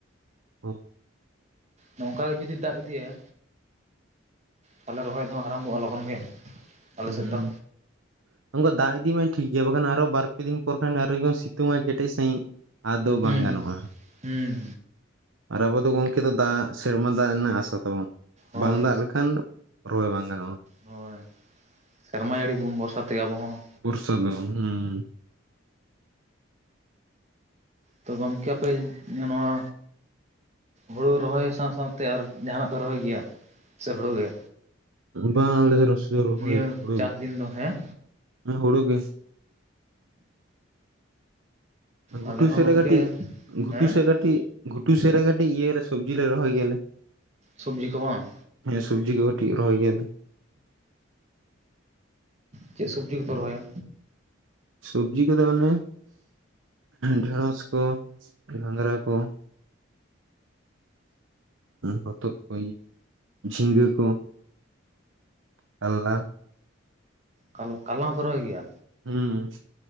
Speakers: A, on the right (about 75°); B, on the right (about 35°).
A: ᱦᱚᱸ᱾
B: ᱱᱚᱝᱠᱟ ᱜᱮ ᱡᱩᱫᱤ ᱫᱟᱜ ᱤᱫᱤᱭᱟ ᱛᱟᱞᱮ ᱨᱚᱦᱚᱭ ᱫᱚ ᱟᱨᱟᱢᱵᱷᱚᱜᱼᱟ ᱞᱚᱜᱚᱱ ᱜᱮ᱾ ᱟᱞᱮ
A: ᱦᱩᱸ᱾
B: ᱥᱮᱫ ᱫᱚ
A: ᱚᱱᱠᱟ ᱫᱟᱜ ᱤᱫᱤᱢᱟᱭ ᱴᱷᱤᱠ ᱜᱮᱭᱟ, ᱵᱟᱠᱷᱟᱱ ᱟᱨᱚ ᱵᱟᱨ ᱯᱮ ᱫᱤᱱ ᱯᱚᱨ ᱠᱷᱟᱱ ᱟᱨᱚ ᱥᱤᱛᱩᱝ ᱟᱭ ᱠᱮᱴᱮᱡ ᱥᱟᱺᱦᱤᱡ ᱟᱫᱚ ᱵᱟᱝ
B: ᱦᱩᱸ
A: ᱜᱟᱱᱚᱜᱼᱟ᱾
B: ᱦᱩᱸ
A: ᱟᱨ ᱟᱵᱚ ᱫᱚ ᱜᱚᱝᱠᱮ ᱛᱚ ᱫᱟᱜ, ᱥᱮᱨᱢᱟ ᱫᱟᱜ ᱨᱮᱱᱟᱜ ᱟᱥᱟ ᱛᱟᱵᱚᱱ᱾
B: ᱦᱳᱭ
A: ᱵᱟᱝ ᱫᱟᱜ ᱞᱮᱠᱷᱟᱱ ᱨᱚᱦᱚᱭ ᱵᱟᱝ ᱜᱟᱱᱚᱜᱼᱟ᱾
B: ᱦᱳᱭ, ᱥᱮᱨᱢᱟ ᱡᱟᱹᱲᱤ ᱵᱚᱱ ᱵᱚᱨᱥᱟ ᱛᱮᱜᱮ ᱟᱵᱚ ᱦᱚᱸ
A: ᱵᱚᱨᱥᱚ ᱫᱚ ᱦᱩᱸ ᱾
B: ᱛᱚ ᱜᱚᱝᱠᱮ ᱟᱯᱮ ᱧᱮ ᱱᱚᱣᱟ ᱦᱩᱲᱩ ᱨᱚᱦᱚᱭ ᱥᱟᱶ ᱥᱟᱶᱛᱮ ᱟᱨ ᱡᱟᱦᱟᱱᱟᱜ ᱯᱮ ᱨᱚᱦᱚᱭ ᱜᱮᱭᱟ ᱥᱮ ᱦᱩᱲᱩ ᱜᱮ?
A: ᱵᱟᱝ ᱟᱞᱮ ᱫᱚ ᱨᱚᱥᱮᱭᱟᱹ ᱨᱚᱦᱚᱭ
B: ᱱᱤᱭᱟᱹ
A: ᱦᱩᱲᱩ
B: ᱪᱟᱥ
A: ᱜᱮ
B: ᱫᱤᱱ ᱫᱚ ᱦᱮᱸ
A: ᱾ ᱦᱮᱸ ᱦᱩᱲᱩ ᱜᱮ ᱾ ᱜᱷᱩᱴᱩ
B: ᱟᱞᱮ ᱦᱚᱸ
A: ᱥᱮᱜ
B: ᱜᱚᱢᱠᱮ
A: ᱨᱮ ᱠᱟᱹᱴᱤᱡ, ᱜᱷᱩᱴᱩ
B: ᱦᱮᱸ
A: ᱥᱮ ᱨᱮᱴᱤᱡ ᱜᱷᱩᱴᱩᱭ ᱥᱮᱜ ᱨᱮ ᱠᱟᱹᱴᱤᱡ ᱤᱭᱟᱹ ᱞᱮ ᱥᱚᱵᱽᱡᱤ ᱞᱮ ᱨᱚᱦᱚᱭ ᱜᱮᱭᱟ ᱞᱮ,
B: ᱥᱚᱵᱽᱡᱤ ᱠᱚ ᱵᱟᱝ
A: ᱦᱮᱸ ᱥᱚᱵᱽᱡᱤ ᱠᱚ ᱠᱟᱹᱴᱤᱡ ᱨᱚᱦᱚᱭ ᱜᱮᱭᱟ ᱞᱮ ᱾
B: ᱪᱮᱫ ᱥᱚᱵᱽᱡᱤ ᱠᱚᱯᱮ ᱨᱚᱦᱚᱭᱟ?
A: ᱥᱚᱵᱽᱡᱤ ᱠᱚᱫᱚ ᱚᱱᱮ ᱰᱷᱮᱲᱚᱥ ᱠᱚ ᱜᱷᱟᱝᱜᱽᱨᱟ ᱠᱚ ᱦᱚᱛᱚᱜ ᱠᱚ ᱤᱭᱟᱹ ᱡᱷᱤᱸᱜᱟᱹ ᱠᱚ ᱠᱟᱞᱞᱟ
B: ᱠᱟᱞ ᱠᱟᱞᱞᱟ ᱦᱚᱸ ᱯᱮ ᱨᱚᱦᱚᱭ ᱜᱮᱭᱟ?
A: ᱦᱩᱸ᱾